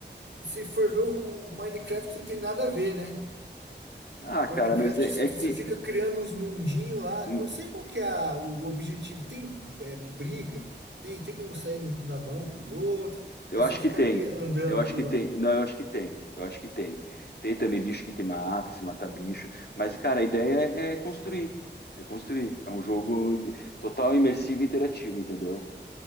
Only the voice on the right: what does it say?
E se for ver o o Minecraft, não tem nada a ver, né?
Minecraft,
você
te-
você fica criando uns mundinhos lá.
Não sei qual que é a- o objetivo. Tem é, briga? Tem, tem como sair no- na mão com os outros?
Ou é
só ficar
cri- andando
por
lá?